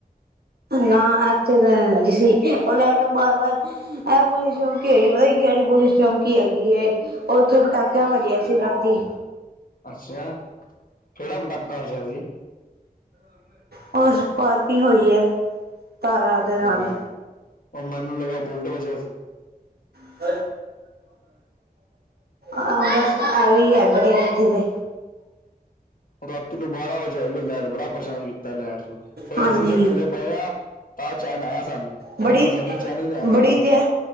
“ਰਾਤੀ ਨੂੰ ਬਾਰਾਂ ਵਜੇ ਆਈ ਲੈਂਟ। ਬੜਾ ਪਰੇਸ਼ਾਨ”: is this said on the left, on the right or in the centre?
Left